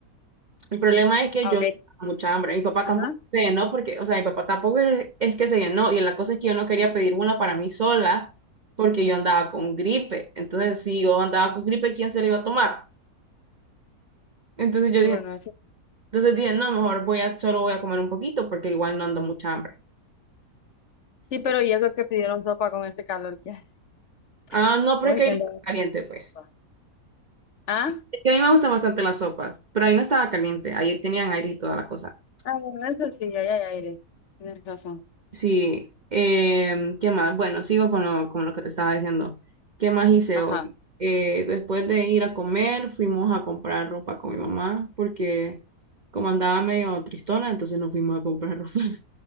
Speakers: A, on the right; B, on the left.
A: El problema es que
B: Ah,
A: yo
B: ok.
A: no tenía mucha hambre. Mi papá
B: Ajá.
A: tampoco se llenó porque, o sea, mi papá tampoco es, es que se llenó. Y la cosa es que yo no quería pedir una para mí sola porque yo andaba con gripe. Entonces, si yo andaba con gripe, ¿quién se la iba a tomar? Entonces
B: Sí,
A: yo dije,
B: bueno, eso.
A: entonces dije, no, mejor voy a, solo voy a comer un poquito porque igual no ando mucha hambre.
B: Sí, pero
A: Eh,
B: ¿y eso que pidieron sopa con este calor que hace?
A: Ah,
B: <laughs>
A: no, pero
B: ¿O
A: es
B: es
A: que ahí
B: que
A: no estaba
B: no hay
A: caliente, pues.
B: sopa? ¿Ah?
A: Es que a mí me gustan bastante las sopas, pero ahí no estaba caliente. Ahí tenían aire y toda la cosa.
B: Ah, bueno, eso sí, ahí hay aire. Tienes razón.
A: Sí, em, ¿qué más? Bueno, sigo con lo, con lo que te estaba diciendo. ¿Qué más hice
B: Ajá.
A: hoy? Eh, después de ir a comer, fuimos a comprar ropa con mi mamá, porque como andaba medio tristona, entonces nos fuimos a comprar ropa.